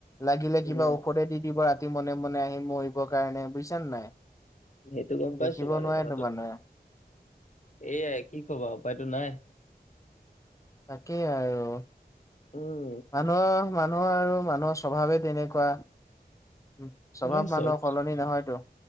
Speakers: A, on the left; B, on the left.
A: লাগিলে
B: উম
A: কিবা ঔষধে দি দিব ৰাতি মনে মনে আহি মৰিবৰ কাৰণে বুজিছানে নাই।
B: সেইটো গম
A: দেখিব
B: পাইছো বাৰু
A: নোৱাৰেতো
B: এতিয়া কথাটো
A: মানুহে
B: এয়াই কি কবা আৰু উপায়টো নাই।
A: তাকেই আৰু।
B: উম।
A: মানুহৰ মানুহ আৰু মানুহৰ স্বভাৱে তেনেকুৱা উম স্বভাৱ
B: অ
A: মানুহৰ
B: চব
A: সলনি নহয়তো